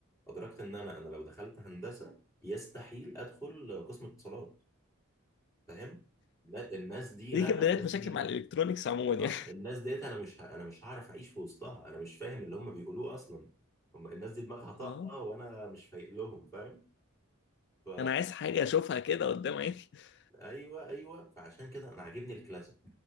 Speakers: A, on the left; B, on the left.
A: ادركت ان انا انا لو دخلت هندسه يستحيل ادخل قسم اتصالات فاهم لا الناس دي
B: دي
A: لا
B: كانت بداية
A: الناس
B: مشاكل
A: دي
B: مع الالكترونيكس عموما
A: اه
B: يعني
A: الناس ديت انا مش ه- انا مش هعرف اعيش في وسطها انا مش فاهم اللي هم بيقولوه اصلا هم الناس دي دماغها طاقه
B: <laughs> اه
A: وانا مش فايق لهم فاهم ف
B: انا عايز حاجة اشوفها كده قدام عيني <laughs>
A: ايوه ايوه فعشان كده انا عاجبني الكلاسيك